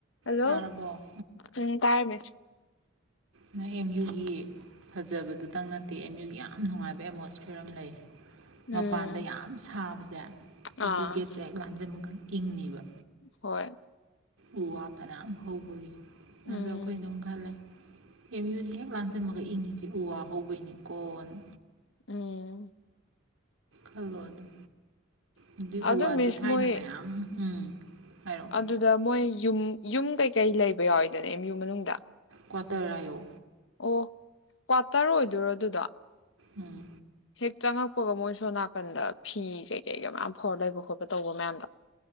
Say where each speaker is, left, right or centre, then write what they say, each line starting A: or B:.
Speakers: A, on the left; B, on the right.
A: ꯍꯜꯂꯣ
B: ꯇꯥꯔꯕꯣ
A: ꯎꯝ ꯇꯥꯥꯏꯔꯃꯦ
B: ꯅ ꯑꯦꯝ ꯌꯨꯒꯤ ꯐꯖꯕꯗꯨꯗꯪ ꯅꯠꯇꯦ ꯑꯦꯝ ꯌꯨꯒꯤ ꯌꯥꯝ ꯅꯨꯡꯉꯥꯏꯕ ꯑꯦꯠꯃꯣꯁꯐꯤꯌꯔ ꯑꯃ ꯂꯩ
A: ꯎꯝ
B: ꯃꯄꯥꯟꯗ ꯌꯥꯝ ꯁꯥꯕꯁꯦ ꯖ
A: ꯑꯥ
B: ꯑꯦꯦꯝ ꯌꯨꯒꯦꯠꯁꯦ ꯂꯥꯟꯖꯃꯒ ꯏꯪꯉꯕ
A: ꯍꯣꯏ
B: ꯎ ꯋꯥ ꯑꯔꯝ ꯍꯒꯣꯏ
A: ꯎꯝ
B: ꯑꯗꯣ ꯑꯈꯣꯏ ꯗꯨꯝ ꯈꯜꯂꯦ ꯑꯦꯝ ꯌꯨꯁꯦ ꯍꯦꯛ ꯂꯥꯟꯖꯤꯟꯕꯒ ꯏꯪꯉꯤꯖꯦ ꯎ ꯋꯥ ꯍꯧꯕꯩꯅꯤꯀꯣꯅ
A: ꯎꯝ
B: ꯈꯜꯂꯣ ꯑꯗꯨꯝ ꯑꯗꯨꯗꯤ
A: ꯑꯗꯨ
B: ꯎ ꯋꯥꯁꯦ
A: ꯃꯤꯁ
B: ꯊꯥꯏꯅ
A: ꯃꯣꯏ
B: ꯃꯌꯥꯝ ꯎꯝ ꯍꯥꯏꯔꯛꯑꯣ
A: ꯑꯗꯨꯗ ꯃꯣꯏ ꯌꯨꯝ-ꯌꯨꯝ ꯀꯩꯩ ꯀꯩ ꯂꯩꯕ ꯌꯥꯎꯋꯦꯗꯅ ꯑꯦꯝ ꯌꯨ ꯃꯅꯨꯡꯗ
B: ꯀ꯭ꯋꯥꯇꯔ ꯍꯥꯏꯌꯣ
A: ꯑꯣ ꯀ꯭ꯋꯥꯇꯔ ꯑꯣꯏꯗꯣꯔꯣ ꯑꯗꯨꯗꯣ
B: ꯎꯝ
A: ꯍꯦꯛ ꯆꯪꯉꯛꯄꯒ ꯃꯣꯏ ꯁꯣ ꯅꯥꯀꯟꯗ ꯐꯤ ꯀꯩ-ꯀꯩꯒ ꯃꯌꯥꯝ ꯐꯥꯎꯔ ꯂꯩꯕ ꯈꯣꯠꯄ ꯇꯧꯕ ꯃꯌꯥꯝꯗꯣ